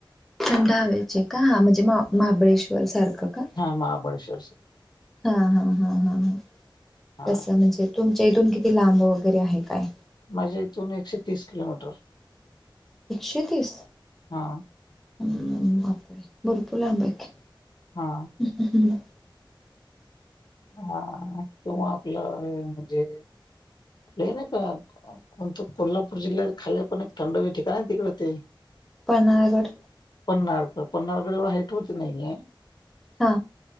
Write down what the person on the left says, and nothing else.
हा महाबळेश्वर
हा
माझ्या इथून एकशे तीस किलोमीटर.
हा
हा
हा किंवा आपलं हे म्हणजे ते नाही का कोणत कोल्हापूर जिल्ह्यात खाली पण एक थंड ठिकाण आहे तिकड ते
पन्नाळगड पन्नाळगड एवढ्या हाईट वर नाही आहे.